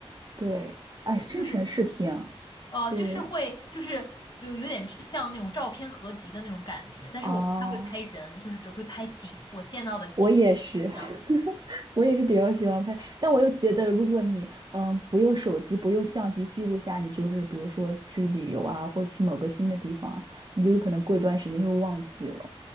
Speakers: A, on the right; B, on the left.
A: 对，啊，
B: 对，
A: 生成视频啊
B: 就是呃，
A: 是。
B: 就是会，就是就有点像那种照片合集的那种感觉，但是我不太会拍人，
A: 哦，
B: 就是只会拍景，我见到的景
A: 我也是，<laughs>
B: 这样子。
A: 我也是比较喜欢拍，但我又觉得，如果你嗯不用手机、不用相机记录下，你就是比如说去旅游啊，或去某个新的地方，你就有可能过一段时间就会忘记了，